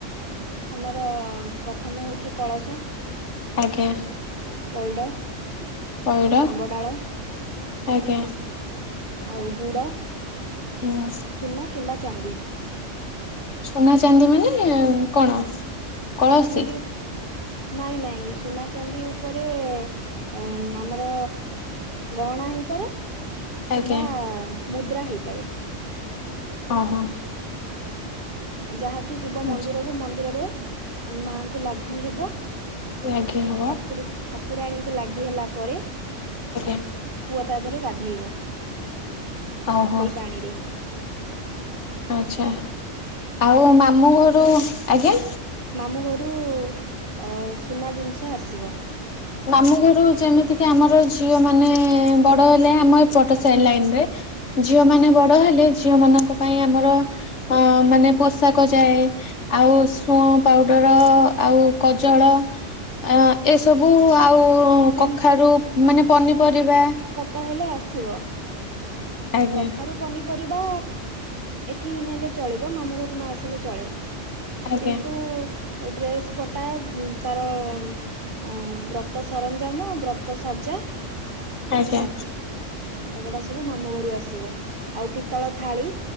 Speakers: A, on the right (about 45°); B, on the left (about 70°).
A: ଆମର ପ୍ରଥମ ହଉଚି କଳସ,
B: ଆଜ୍ଞା।
A: ପଇଡ଼,
B: ପଇଡ
A: ଆମ୍ବଡାଳ
B: ଆଜ୍ଞା।
A: ଆଉ ଗୁଡ
B: ହୁଁ।
A: ଚିନା କିମ୍ବା ଚାନ୍ଦି।
B: ଚୁନା ଚାନ୍ଦି ମାନେ କଣ? କଳସୀ
A: ସୁନାଚାନ୍ଦି ଉପ ନାଇଁ ନାଇଁ ସୁନାଚାନ୍ଦି ଉପରେ। ଉଁ ଆମର ଗହଣା ହେଇପାରେ। କିମ୍ବା
B: ଆଜ୍ଞା
A: ମୁଦ୍ରା ହେଇପାରେ।
B: ଅହ।
A: ଯାହାକି ଯିବ ମନ୍ଦିରକୁ
B: ଆଚ୍ଛା।
A: ମନ୍ଦିରରେ ମାଙ୍କୁ ଲାଗି ହେବ।
B: ଲାଗି ହବ
A: ଠାକୁର୍ ଠାକୁରାଣୀଙ୍କୁ ଲାଗି ହେଲା ପରେ
B: ଆଜ୍ଞ।
A: ପୁଅ ତା ଦେହରେ ଗାଧେଇବ,
B: ଓହୋ
A: ସେଇ ପାଣିରେ।
B: ଆଛା ଆଉ ମାମଁ ଘରୁ ଆଜ୍ଞା
A: ମାମୁ ଘରୁ ଅ ସୁନା ଜିନିଷ ଆସିବ।
B: ମାମୁ ଘରୁ ଯେମିତିକି ଆମର ଝିଅ ମାନେ ବଡ ହେଲେ ଆମ ଏ ପଟ ସାଇ ଲାଇନ ରେ ଝିଅ ମାନେ ବଡ ହେଲେ ଝିଅ ମାନଙ୍କ ପାଇଁ ଆମର ଅ ମାନେ ପୋଷାକ ଯାଏ। ଆଉ ଶୁଅଁ ପାଉଡର୍ ଆଉ କଜଳ ଅ ଏସବୁ। ସବୁ ଆଉ
A: ସେମତି
B: କଖାରୁ ମାନେ ପନିପରିବା।
A: ତାହେଲେ ଆସିବ।
B: ଆଜ୍ଞା
A: କଖାରୁ ପନିପରିବା ଏଠି ନେଲେ ଚଳିବ ମାମୁଁ ଘରୁ ନ ଆସିଲେ ଚଳେ।
B: ଆଜ୍ଞା
A: କିନ୍ତୁ ଆଉ ଡ୍ରେସ ପଟା ଉ ତାର। ଅ ବ୍ରତ ସରଞ୍ଜାମ ବ୍ରତ ସଜା।
B: ଆଜ୍ଞା।
A: ହେଲା ଏଗୁଡା ସବୁ ମାମୁଁ ଘରୁ ଆସିବ ଆଉ ପିତ୍ତଳ ଥାଳି